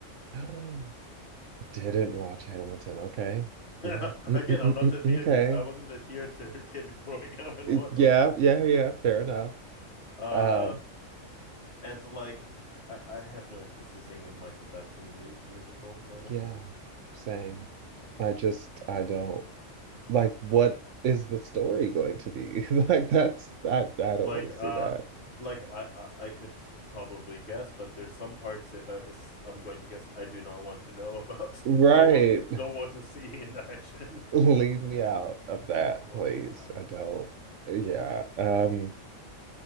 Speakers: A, on the right; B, on the left.
A: <gasps>
B: I
A: Didn't
B: don't know.
A: watch Hamilton. Okay.
B: <laughs>
A: Yeah. Mm,
B: Again,
A: mm, mm,
B: I'm not
A: mm,
B: a
A: mm,
B: theater.
A: okay.
B: I wasn't a theater <laughs> kid growing up and
A: <laughs>
B: whatnot.
A: Yeah, yeah, yeah, fair enough.
B: Um,
A: Um,
B: and like, I, I have no interest in singing a Michael Jackson the mu musical, honestly.
A: yeah, same. I just I don't like what is the story going to be? <laughs> Like that's I I don't
B: Like
A: want to
B: uh
A: see that.
B: like I, I I could s- probably guess, but there's some parts if I is I'm going to guess I do not want to know about.
A: Right.
B: <laughs> Don't want to don't want to see in action. <laughs>
A: Leave me out of that,
B: Oh
A: please.
B: my God.
A: I don't. Yeah. Um,